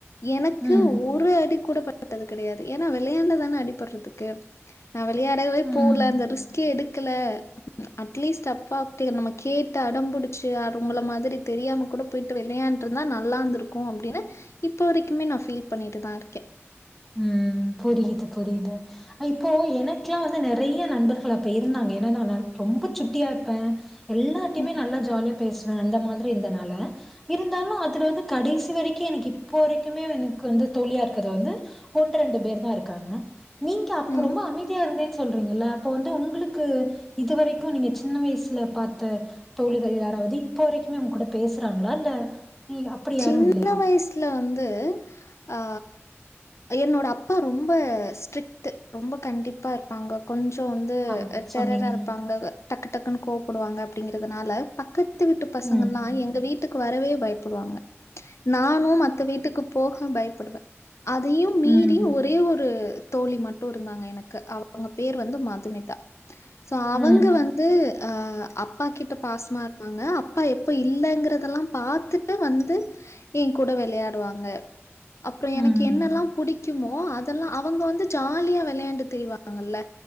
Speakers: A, on the left; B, in the centre.
A: எனக்கு
B: ம்.
A: ஒரு அடி கூட பட்டது கெடையாது ஏன்னா வெளையாண்டதான அடிபடுறதுக்கு நா வெளையாடவே
B: ம்.
A: போல அந்த ரிஸ்க்கே எடுக்கல அட்லீஸ்ட் அப்பாட்ட நம்ம கேட்டு அடம்புடிச்சு அ உங்கள மாதிரி தெரியாம கூட போய்ட்டு விளையாண்ட்டு இருந்தா நல்லா இருந்துருக்கு அப்டின்னு இப்போ வரைக்குமே நா ஃபீல் பண்ணிட்டு தா இருக்கே
B: ம் புரியுது புரியுது இப்போ எனக்குல்லா வந்து நெறைய நண்பர்கள் அப்ப இருந்தாங்க ஏன்னா நா நல் ரொம்ப சுட்டியா இருப்பே எல்லார்ட்டையுமே
A: ம்,
B: நல்லா ஜாலியா பேசுவே அந்த மாதிரி இருந்தனால இருந்தாலு அதுல வந்து கடைசி வரைக்கு எனக்கு இப்போ வரைக்குமே எனக்கு வந்து தோழி இருக்குறது வந்து ஒன்ரெண்டு பேர் தா இருக்காங்க நீங்க அப்ப
A: ம்.
B: ரொம்ப அமைதியா இருந்தீங் சொல்றீங்கல்ல அப்ப வந்து உங்களுக்கு இது வரைக்கு நீங்க சின்ன வயசுல பாத்த தோழிகள் யாராவது இப்போ வரைக்குமே ஊங்க கூட பேசுறாங்களா இல்ல அப்படி
A: சின்ன
B: யாரும் இல்லையா?
A: வயசுல வந்து ஆ என்னோட அப்பா ரொம்ப ஸ்ட்ரிக்ட் ரொம்ப கண்டிப்பா இருப்பாங்க கொஞ்சோ வந்து
B: ஆமா
A: டெரரா
B: சொன்னீங்க.
A: இருப்பாங்க டக்கு டக்குன்னு கோப்படுவாங்க அப்படிங்கறதுனால பக்கத்து பக்கத்து வீட்டு பசங்கள்லாம்
B: ம்.
A: எங்க வீட்டுக்கு வரவே பயப்படுவாங்க நானு மத்த வீட்டுக்கு போக பயப்படுவேன் அதையும் மீறி
B: ம்.
A: ஒரே ஒரு தோழி மட்டும் இருந்தாங்க எனக்கு அவூங்க பேரு வந்து மதுமிதா சோ அவுங்க
B: ம்
A: வந்து வந்து அப்பா கிட்ட பாசமா இருப்பாங்க அப்பா எப்போ இல்லங்கிறதெல்லாம் பாத்துட்டு வந்து என் கூட விளையாடுவாங்க அப்புறோ எனக்கு
B: ம்
A: என்னெல்லா புடிக்கும் புடிக்குமோ அதெல்லா அவுங்க வந்து ஜாலியா விளையாண்டு திரிவாங்கல்ல